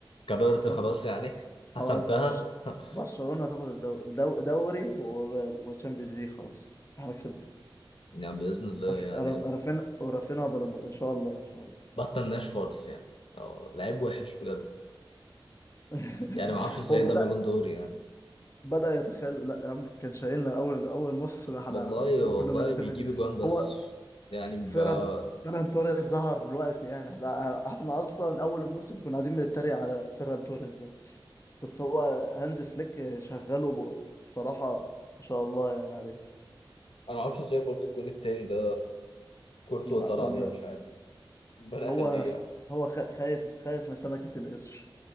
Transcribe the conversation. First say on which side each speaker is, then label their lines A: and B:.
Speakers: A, on the left; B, on the left.
A: قررت خلاص
B: برشلونة-
A: يعني حسبتها
B: خلاص برش...
A: <laughs>
B: برشلونة تاخد الدو... دو... دوري و... وتشامبيونز ليج خلاص احنا كسبنا
A: يعني بإذن الله
B: رف...
A: يعني
B: رف... رافين ورافينها بلندو ان شاء الله ان شاء الله
A: بطلناش خالص يعني اه لعيب وحش بجد
B: <laughs>
A: يعني ما اعرفش ازاي
B: هو بدأ
A: ده بالون دور يعني
B: بدأ يتخاذل لا يا عم كان شايلنا اول اول نص ده احنا
A: والله
B: ممكن
A: والله
B: نعتمد
A: بيجيب اجوان بس
B: هو ف-
A: يعني ب...
B: فيران
A: انا
B: فيران توريس ظهر دلوقتي يعني احنا احنا اصلا اول الموسم كنا قاعدين بنتريق على فيران توريس بس هو هانز فليك شغله ب- بصراحة ما شاء الله يعني عليه
A: ما اعرفش ازاي برضو الجون التاني ده كورتوا
B: م-
A: طلع عليه
B: ب-
A: مش عارف ربنا
B: هو
A: يخليه يعني.
B: هو خ- خايف خايف من سمكة القرش